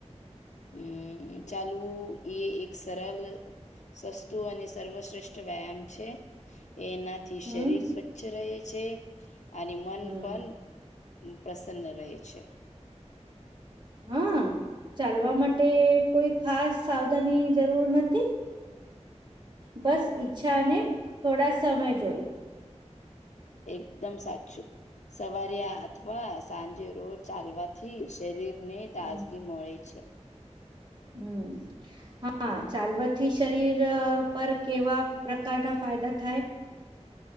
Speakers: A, on the left; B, on the right.
A: હમ ચાલવું એ એક સરળ સસ્તું અને સર્વશ્રેષ્ઠ વ્યાયામ છે એનાથી. થી
B: હમ
A: શરીર સ્વચ્છ રહે છે અને મન
B: હમ
A: પણ. પ્રસન્ન રહે છે.
B: હા ચાલવા માટે કોઈ ખાસ સાવધાની જરૂર નથી? બસ ઈચ્છા અને થોડા સમય જોઈ.
A: એકદમ સાચું સવારે આ અથવા. સાંજે રોજ ચાલવાથી શરીર ને તાજગી
B: હમ
A: મળે છે.
B: હમ. હા ચાલવાથી શરીર પર કેવા પ્રકારના ફાયદા થાય?